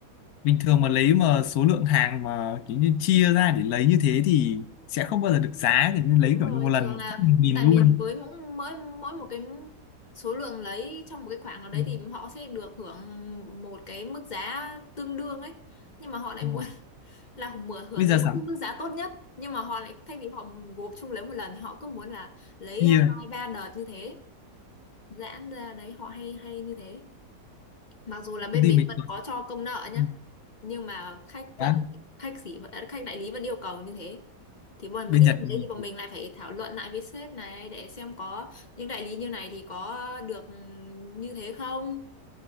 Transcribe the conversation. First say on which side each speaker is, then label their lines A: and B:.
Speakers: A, on the left; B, on the left.
A: bình thường mà lấy mà số lượng hàng mà kiểu như chia ra để lấy như thế thì sẽ không bao giờ được giá kiểu như lấy
B: Đúng
A: kiểu
B: rồi,
A: như một lần
B: thường
A: một
B: là
A: phát một nghìn
B: tại
A: luôn
B: vì với mỗi mỗi mỗi một cái số lượng lấy trong một cái khoảng nào đấy
A: ừ.
B: thì họ sẽ được hưởng một cái mức giá tương đương ấy. Nhưng mà họ lại
A: đúng
B: muốn
A: rồi.
B: là mở hưởng
A: bây
B: được
A: giờ
B: một
A: sẵn
B: cái mức giá tốt nhất nhưng mà họ lại thay vì họ gộp chung lấy một lần thì họ cứ muốn là lấy
A: chia
B: à, hai ba đợt như thế giãn ra đấy họ hay hay như thế mặc dù là bên
A: công ty
B: mình
A: mình
B: vẫn
A: rồi
B: có cho công nợ nhá
A: Ừ.
B: nhưng mà khách vẫn
A: Đó,
B: khách sĩ vẫn- à, khách đại lý vẫn yêu cầu như thế thì bọn
A: bên
B: mấy cái
A: Nhật
B: như
A: thì-
B: thế thì bọn mình lại phải thảo luận lại với sếp này để xem có những đại lý như này thì có được ừ, như thế không